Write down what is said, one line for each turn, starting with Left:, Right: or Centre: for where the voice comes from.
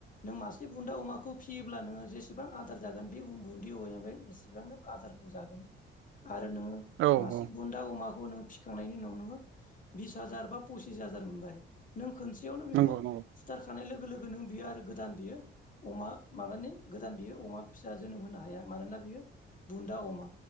Left: नों मासे बुन्दा अमाखौ फियोब्ला नोंङो जेसेबां आदार जागोन बे उ उन्दै औमाया बे इसिबांनो आजारखौ जागोन। आरो नोंङो
Right: औ
Left: मासे
Right: औ
Left: बुन्दा अमा खौ नों फिखांनायनि उनाव नो बिस हाजार बा फसिस हाजार मोनबाय नों खोनसेयावनो बेखौ
Right: नंगौ नंगौ
Left: फुथारखानाय लोगो लोगो नों बियो आरो गोदान बियो अमा माबानि गोदान बियो अमा फिसा जोनोम होनो हाया मानोना बियो बुन्दा अमा